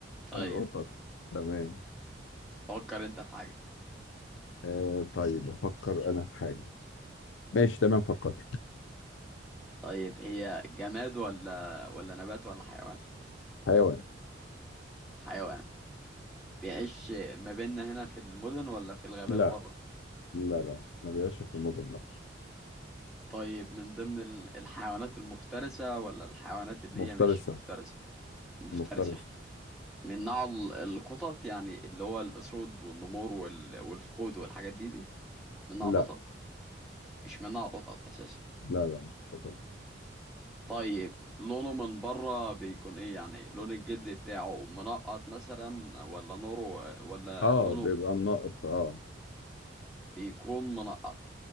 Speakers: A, in the centre; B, on the left (about 75°).
A: طيب
B: القطط تمام
A: فكر انت في حاجة
B: آه طيب افكر انا في حاجه ماشي تمام فكرت
A: طيب هي جماد ولا ولا نبات ولا حيوان
B: حيوان
A: حيوان بيعيش ما بيننا هنا في المدن ولا في الغابات
B: لا
A: بره
B: لا لا ما بيعيش في المدن لا
A: طيب من ضمن ال- الحيوانات المفترسة ولا الحيوانات اللي
B: مفترسه
A: هي مش مفترسة المفترسة
B: مفترسه
A: من نوع ال- القطط يعني اللي هو الأسود والنمور وال- والفهود والحاجات دي دي من نوع
B: لا
A: القطط مش من نوع القطط أساسا
B: لا لا مش قطن
A: طيب لونه من بره بيكون ايه يعني لون الجلد بتاعه منقط مثلا ولا نوره ولا
B: اه
A: لونه
B: بيبقى منقط اه
A: بيكون منقط